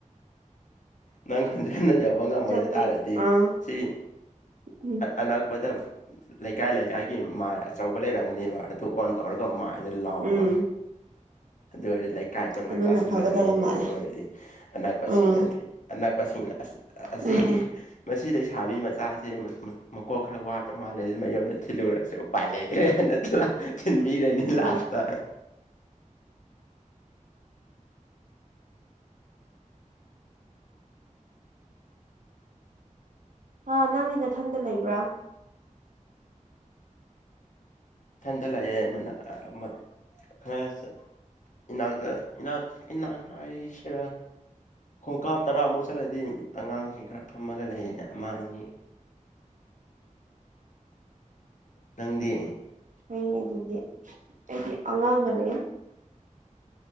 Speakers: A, on the left; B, on the right.
A: ꯅꯪ ꯈꯣꯟꯖꯦꯜꯗꯣ ꯌꯧꯕ ꯉꯝꯃꯣꯏꯗ
B: ꯆꯠꯇꯦ
A: ꯇꯥꯔꯗꯤ
B: ꯑꯥ
A: ꯁꯤ
B: ꯎꯝ
A: ꯑꯅꯛꯄꯗ ꯂꯩꯀꯥꯏ ꯂꯩꯀꯥꯏꯒꯤ ꯃꯥꯏ ꯑꯆꯧꯕ ꯂꯩꯔꯝꯒꯅꯦꯕ ꯑꯗꯨ ꯑꯣꯟ ꯇꯧꯔꯒ ꯃꯥꯏꯗ ꯂꯥꯎꯔꯣ
B: ꯎꯝ
A: ꯑꯗꯨ ꯑꯣꯏꯔꯗꯤ ꯂꯩ ꯏꯀꯥꯏꯄꯨꯟꯕ
B: ꯑꯗꯨꯅ
A: ꯇꯁꯤꯜꯂꯛꯑꯅꯤ
B: ꯐꯒꯗꯕ ꯃꯥꯜꯂꯦ
A: ꯑꯗꯨ ꯑꯣꯏꯔꯗꯤ ꯑꯅꯛꯄꯁꯤꯡꯅ
B: ꯎꯝ
A: ꯑꯅꯛꯄꯁꯤꯡꯅ ꯑꯁꯤ
B: ꯎꯝ
A: ꯃꯁꯤ ꯂꯩꯁꯥꯕꯤ ꯃꯆꯥꯁꯦ ꯃꯀꯣꯛ ꯈꯔ ꯋꯥꯠ ꯈ꯭ꯔ ꯃꯥꯜꯂꯦ ꯃꯌꯨꯝꯗ ꯊꯤꯜꯂꯨꯔꯁꯦ ꯎꯄꯥꯏ ꯂꯩꯇ꯭ꯔꯦ ꯅꯠꯇꯅ ꯊꯤꯟꯕꯤꯔꯅꯤ
B: ꯎꯝ
A: ꯂꯥꯁꯇ
B: ꯑ ꯅꯪꯗꯤ ꯅꯊꯟꯇ ꯂꯩꯕ꯭ꯔꯥ
A: ꯊꯟꯗ ꯂꯩꯑꯦ ꯃꯅ ꯈꯔ ꯆꯠ ꯏꯅꯥꯛꯇ ꯏꯅꯥ ꯏꯅꯥ ꯍꯥꯏ ꯁꯤꯔ ꯈꯣꯡꯀꯥꯞ ꯇꯔꯥꯃꯨꯛ ꯆꯠꯂꯗꯤ ꯑꯉꯥꯡꯁꯤꯡ ꯈꯔ ꯐꯝꯃꯒ ꯂꯩꯌꯦ ꯑꯃ ꯑꯅꯤ ꯅꯪꯗꯤ
B: ꯑꯩꯅꯦ ꯑꯗꯨꯗꯤ ꯑꯩꯗꯤ ꯑꯉꯥꯡꯕꯅꯦ